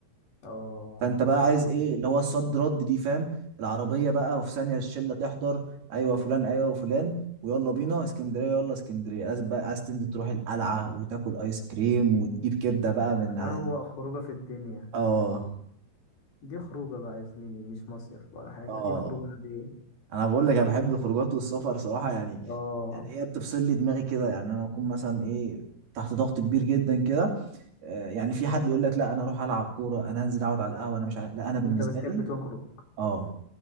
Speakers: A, on the left; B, on the right.
A: اه
B: فانت بقى
A: صعبة
B: عايز ايه
A: دي
B: اللي هو الصد رد دي فاهم العربيه بقى وفي ثانيه الشله تحضر ايوه فلان ايوه فلان ويلا بينا اسكندريه يلا اسكندريه عايز بقى عايز تنزل تروح القلعه وتاكل ايس كريم وتجيب كبده بقى من عن-
A: أروق خروجة في الدنيا
B: اه
A: دي خروجة بقى يا زميلي مش مصيف ولا حاجة
B: اه
A: دي خروجة عادية
B: انا بقول لك انا بحب الخروجات والسفر صراحه يعني
A: اه
B: يعني ايه بتفصل لي دماغي كده يعني انا بكون مثلا ايه تحت ضغط كبير جدا كده آه، يعني في حد يقول لك لا انا اروح العب كوره انا هنزل اقعد على القهوه انا مش عارف لا انا بالنسبه
A: انت بتحب
B: لي
A: تخرج
B: اه